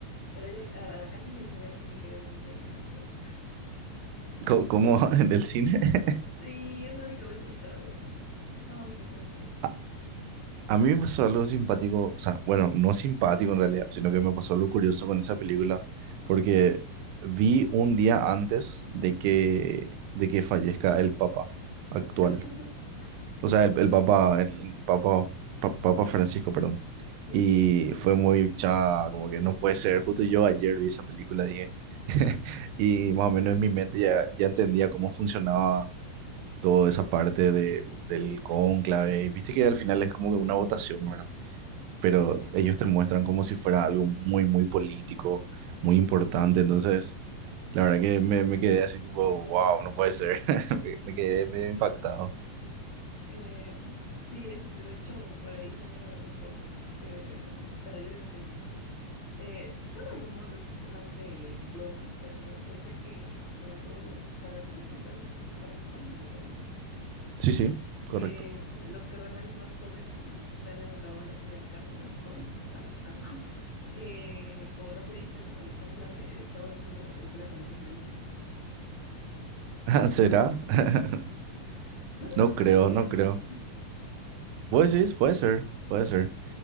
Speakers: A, on the left; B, on the right.
A: pero ya ah, casi hacia el final sí me quedé dormida y yo, ay, no puede ser.
B: Co- Como <laughs> en el cine? <laughs>
A: Sí, es la única vez que me he quedado dormida. Estaba muy cansada esa vez.
B: A, a mí me pasó algo simpático, o sea, bueno, no simpático en realidad, sino que me pasó algo curioso con esa película, porque vi un día antes de que, de que fallezca el Papa actual.
A: <laughs>
B: O sea, el, el Papa, el Papa, Pa- Papa Francisco, perdón.
A: Sí,
B: Y fue muy cha, como que no puede ser. Justo yo ayer vi esa película, dije. <laughs> Y más o menos en mi mente ya, ya entendía cómo funcionaba toda esa parte del, del cónclave. Y Viste que al final es como que una votación, ¿verdad? Pero
A: sí.
B: ellos te muestran como si fuera algo muy, muy político, muy importante. Entonces, la verdad que me, me quedé así tipo, wow, no puede ser. <laughs> Me, me quedé medio impactado.
A: Eh, sí, este, de hecho, por ahí salió un post que, em, bueno, yo lo vi en Facebook. Eh, son los rumores más de broma, pero bueno, decía que sobre todo los cardenales, me parece que son los que participan en la votación,
B: Sí, sí, correcto.
A: que los cardenales más jóvenes y los que apenas acababan de asumir el cargo, bueno, jóvenes para su cargo, <laughs> eh, como no sabían qué anda con el cónclave, estaban usando la película como referencia.
B: <laughs> ¿Será? <laughs>
A: No me suena
B: No
A: tan
B: creo,
A: descabellado.
B: no creo. Puede ser, puede ser, puede ser.